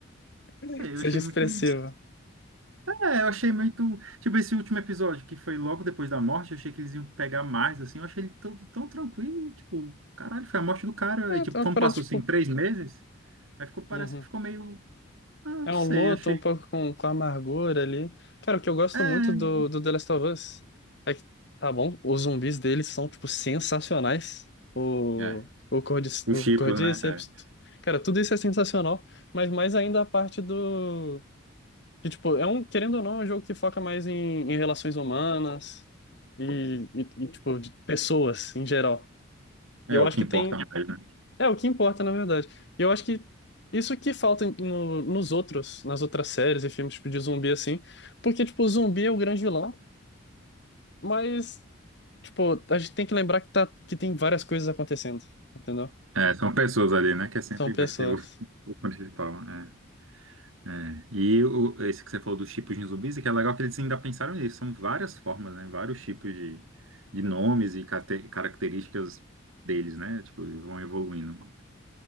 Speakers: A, on the left (about 55°); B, on the right (about 75°).
A: Que
B: sei,
A: seja
B: eu achei
A: expressiva.
B: muito. É, eu achei muito. Tipo, esse último episódio, que foi logo depois da morte, eu achei que eles iam pegar mais, assim. Eu achei ele tão, tão tranquilo, tipo, caralho, foi a morte do cara.
A: É,
B: E,
A: é
B: tipo,
A: uma
B: como
A: parada,
B: passou
A: tipo...
B: assim três meses, aí ficou, parece
A: uhum.
B: que ficou meio. Ah, não
A: É um
B: sei,
A: luto
B: achei.
A: um pouco com, com amargura ali. Cara, o que eu gosto
B: É,
A: muito do, do The Last of Us é que, tá bom, os zumbis deles são, tipo, sensacionais. O,
B: É.
A: o, Cordyce-
B: O
A: o
B: Chiplo,
A: Cordyceps.
B: né?
A: Cara, tudo isso é sensacional, mas mais ainda a parte do. Que, tipo, é um, querendo ou não, é um jogo que foca mais em, em relações humanas e, e, e, tipo, de pessoas em geral. E
B: É.
A: eu
B: É o
A: acho
B: que
A: que
B: importa
A: tem.
B: mais, né?
A: É o que importa, na verdade. E eu acho que isso que falta em- no- nos outros, nas outras séries e filmes tipo, de zumbi, assim. Porque, tipo, o zumbi é o grande vilão, mas, tipo, a gente tem que lembrar que, tá, que tem várias coisas acontecendo, entendeu?
B: É, são pessoas ali, né? Que é sempre
A: São pessoas.
B: vai ser o, o principal. é. É, e o, esse que você falou dos tipos de zumbis, é que é legal que eles ainda pensaram nisso. São várias formas, né? Vários tipos de, de nomes e cate- características deles, né? Tipo, vão evoluindo.